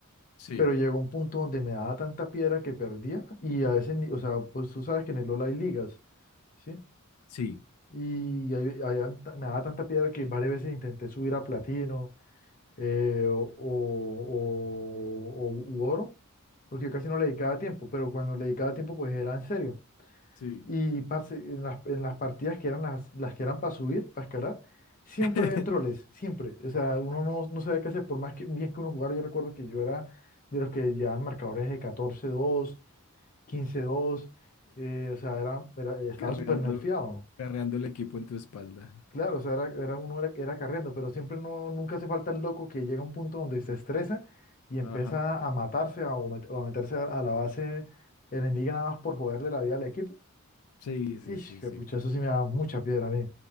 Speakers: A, on the left; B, on the left.
A: Sí,
B: pero llegó un punto donde me daba tanta piedra que perdía y a veces, ni- o sea, pues tú sabes que en el LOL hay ligas, ¿sí?
A: sí,
B: Y ahí- ahí an- me daba tanta piedra que varias veces intenté subir a platino eh, o, o, o- o- u oro, porque yo casi no le dedicaba tiempo, pero cuando le dedicaba tiempo pues era en serio.
A: sí.
B: Y parce, en las, en las partidas que eran las, las que eran para subir, para escalar, siempre
A: <laughs>
B: habían troles, siempre. O sea, uno no, no sabía qué hacer, por más que, bien que uno jugara. Yo recuerdo que yo era de los que llevaban marcadores de catorce dos quince dos eh, o sea, era, era- estaba
A: Carreando,
B: súper nerfeado.
A: carreando el equipo en tu espalda.
B: Claro, o sea, era, era uno era, era carriendo, pero siempre no, nunca hace falta el loco que llega a un punto donde se estresa y
A: Ajá.
B: empieza a matarse a- o, met- o a meterse a, a la base enemiga nada más por joderle la vida al equipo.
A: Sí, sí,
B: Ish,
A: sí,
B: que
A: sí.
B: pucha, eso sí me da mucha piedra a mí.